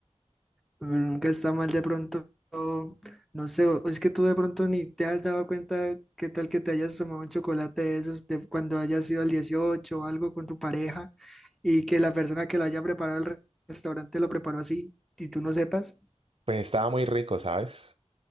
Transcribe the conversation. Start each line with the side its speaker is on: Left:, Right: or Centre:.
Centre: Pero nunca está mal de pronto. No sé, o es que tú de pronto ni te has dado cuenta qué tal que te hayas tomado un chocolate de esos de cuando hayas ido al 18 o algo con tu pareja y que la persona que lo haya preparado al restaurante lo preparó así y tú no sepas.
Right: Pues estaba muy rico, ¿sabes?